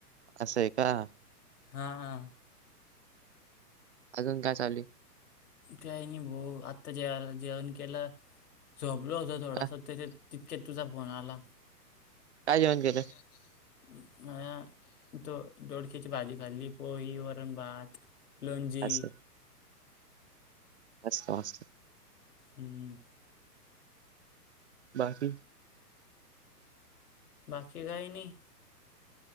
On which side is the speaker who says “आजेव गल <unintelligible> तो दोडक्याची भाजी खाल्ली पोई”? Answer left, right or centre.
Left